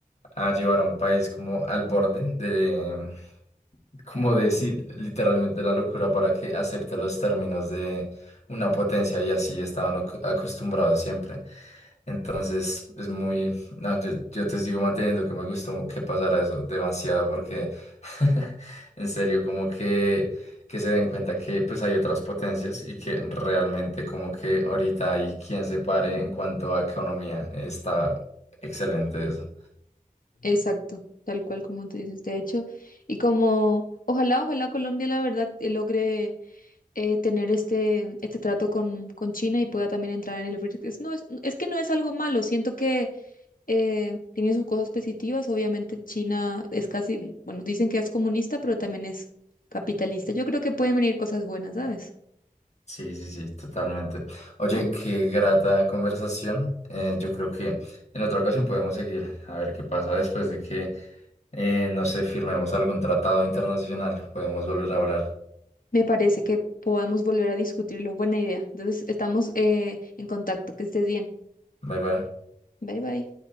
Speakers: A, on the left (about 50°); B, on the left (about 75°).
A: a llevar a un país como al borde de, como de sí, literalmente la locura para que acepte los términos de una potencia y así estaban ac- acostumbrados siempre. Entonces es muy, no, yo, yo te sigo manteniendo que me gustó que pasara eso demasiado porque <laughs> en serio como que, que se den cuenta que pues hay otras potencias y que realmente como que ahorita hay quien se pare en cuanto a economía. Está excelente eso.
B: Exacto, tal cual como tú dices, de hecho, y como ojalá, ojalá Colombia la verdad eh, logre eh, tener este, este trato con, con China y pueda también entrar en el BRICS. Es- No, es, es que no es algo malo, siento que eh, tiene sus cosas positivas, obviamente China es casi, bueno, dicen que es comunista, pero también es capitalista. Yo creo que pueden venir cosas buenas, ¿sabes?
A: Sí, sí, sí, totalmente. Oye,
B: Compre.
A: qué grata conversación. Eh, yo creo que en otra ocasión podemos seguir a ver qué pasa después de que, eh, no sé, firmemos algún tratado internacional. Podemos volver a hablar.
B: Me parece que podemos volver a discutirlo, buena idea. Entonces, estamos eh, en contacto, que estés bien.
A: Bye, bye.
B: Bye bye.